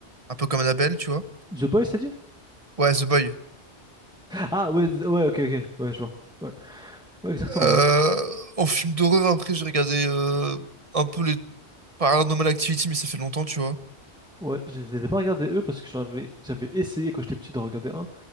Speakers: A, on the right (about 30°); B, in the centre.
A: un peu comme Annabelle, tu vois.
B: The Boys, t'as dit?
A: Ouais, The Boy.
B: Ah ouais, z- ouais, ok, ok, ouais, je vois. Ouais, Ouais, exactement,
A: Euh,
B: ouais.
A: en film d'horreur, après, j'ai regardé euh, un peu les Paranormal Activity, mais ça fait longtemps, tu vois.
B: Ouais, je les ai pas regardés eux parce que j'en avais- j'avais essayé quand j'étais petit d'en regarder un.